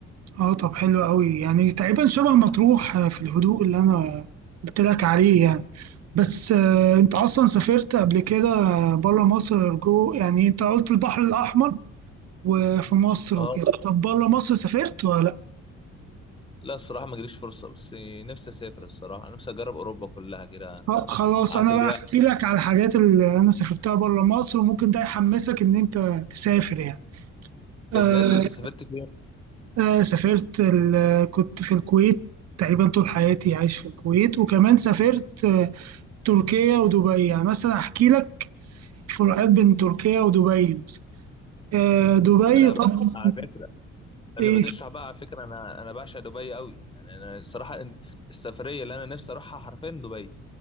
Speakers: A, on the right; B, on the left.
A: اه طب حلو قوي يعني تقريبا شبه مطروح في الهدوء اللي انا قلت لك عليه يعني بس آه، انت اصلا سافرت قبل كده بره مصر جو يعني انت قلت البحر الاحمر وفي مصر
B: اه
A: وكده طب بره مصر سافرت ولا
B: لا الصراحة ما جريش فرصة بس نفسي أسافر الصراحة نفسي أجرب أوروبا كلها كده
A: طب خلاص
B: عارف
A: انا
B: اللي
A: بقى
B: هي
A: احكي لك على الحاجات اللي انا سافرتها بره مصر وممكن ده يحمسك ان انت تسافر يعني
B: ده
A: آه
B: بجد أنت سافرت فين؟
A: آه سافرت ال- كنت في الكويت تقريبا طول حياتي عايش في الكويت وكمان سافرت آه تركيا ودبي يعني مثلا احكي لك فروقات بين تركيا ودبي مثلا آه دبي
B: أنا
A: طبعا
B: ب... على فكرة قبل
A: ايه
B: ما تشرح بقى على فكرة أنا أنا بعشق دبي قوي يعني أنا الصراحة إن- السفرية اللي أنا نفسي أروحها حرفيا دبي